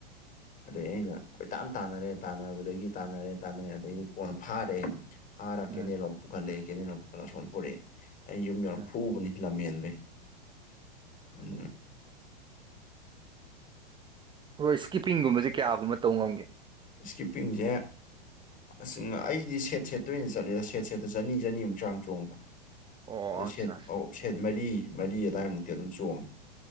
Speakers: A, on the left; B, on the right.
A: ꯑꯗꯩ ꯑꯩꯅ ꯀꯣꯏꯇꯥꯅ ꯇꯥꯟꯅꯔꯦ ꯇꯥꯟꯅꯕꯗꯒꯤ ꯇꯥꯟꯅꯔꯦ ꯇꯥꯟꯅꯔꯦ ꯑꯗꯩꯗꯤ ꯀꯣꯟꯅ ꯐꯥꯔꯦ ꯐꯥꯔꯒ
B: ꯎꯝ
A: ꯀꯦꯅꯦꯜ ꯑꯃ ꯄꯨꯈꯠꯂꯛꯦ ꯀꯦꯅꯦꯜ ꯑꯃ ꯄꯨꯈꯠꯂꯒ ꯁꯣꯝ ꯄꯨꯔꯛꯑꯦ ꯑꯩ ꯌꯨꯝ ꯌꯧꯔꯛ
B: ꯎꯝ
A: ꯐꯨꯕꯅꯤ ꯂꯝꯍꯦꯟꯕ ꯑꯗꯨ
B: ꯍꯣꯏ ꯏꯁꯀꯤꯞꯄꯤꯡꯒꯨꯝꯕꯁꯦ ꯀꯌꯥꯒꯨꯝꯕ ꯇꯧ ꯉꯝꯒꯦ
A: ꯏꯁꯀꯤꯞꯄꯤꯡꯁꯦ ꯑꯁ ꯑꯩꯗꯤ ꯁꯦꯠ ꯁꯦꯠꯇ ꯑꯣꯏꯅ ꯆꯠꯂꯦꯗ ꯁꯦꯠ ꯁꯦꯠꯇ ꯆꯅꯤ ꯆꯅꯤꯃꯨꯛ ꯆꯥꯡ ꯆꯣꯡꯕ
B: ꯑꯣ
A: ꯑꯗꯨ
B: ꯑꯠꯆꯥ
A: ꯁꯦꯠ ꯁꯦꯠ ꯃꯔꯤ ꯃꯔꯤ ꯑꯗꯨꯋꯥꯏꯃꯨꯛꯇꯤ ꯑꯗꯨꯝ ꯆꯣꯡꯉꯤ